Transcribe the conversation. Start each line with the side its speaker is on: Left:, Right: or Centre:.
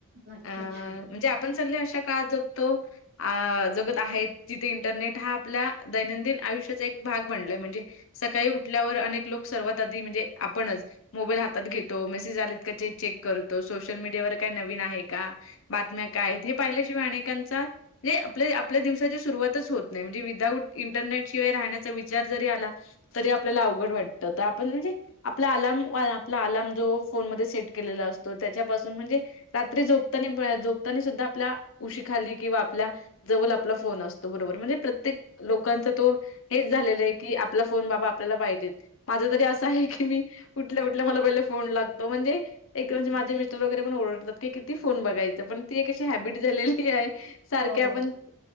Right: नक्कीच
Left: म्हणजे आप पण सगळे अशा काळात जगतो. अ जगत आहेत जिथे इंटरनेट हा आपला दैनंदिन आयुष्याचा एक भाग बनलाय म्हणजे, सकाळी उठल्यावर अनेक लोक सर्वात आधी म्हणजे आपणच मोबाईल हातात घेत तो मेसेज आलेत का चेक करतो सोशल मीडियावर काय नवीन आहे का. बातम्या काय आहेत हे पाहिल्याशिवाय अनेकांचा. े आपल्या आपल्या दिवसाची सुरुवातच होत नाही म्हणजे विदाऊट इंटरनेटशिवाय राहण्याचा विचार जरी आला. तरी आपल्याला अवघड वाटत आपण म्हणजे आपला आलाम आपला आलाम जो फोन मध्ये सेट केलेला असतो त्याच्यापासून म्हणजे, रात्री झोपतानी झोपतानी सुद्धा आपल्या उशी खाली किंवा आपल्या, जवळ आपला फोन असतो बरोबर म्हणजे प्रत्येक
Right: बरोबर
Left: लोकांचा तो. हेच झालेलं आहे की आपला फोन बाबा आपल्याला पाहिजेेत माझं तरी असं आहे की मी उठलं उठलं मला पहिलं फो फोन लागतो म्हणजे एक
Right: नक्कीच.
Left: म्हणे माझे मिस्टर वगैरे पण ओडतात की किती फोन बघायच. पण ती एक अशी हॅबिट झालेली आहे सारखे
Right: हो.
Left: आपण